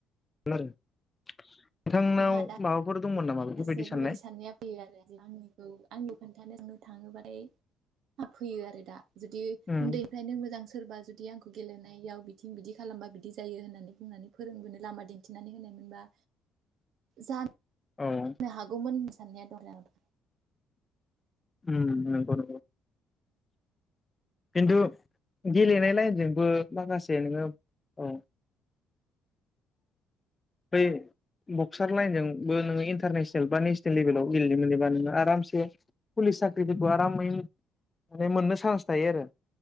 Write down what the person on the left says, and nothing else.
नोंथांनाव
माबाफोर दंमोन नामा बेफोरबायदि
साननाय
उम
औ उम
हम नंगौ नंगौ खिन्थु गेलेनाय
लाइनजोंबो माखासे नोङो औ बै बक्सार लाइनजोंबो नोङो इन्टारनेसनेल बा नेसनेल लेभेलाव गेलेनो मोनबा नोङो आरामसे पुलिस साख्रिफोरखौ आरामै माने मोननो सान्स थाय आरो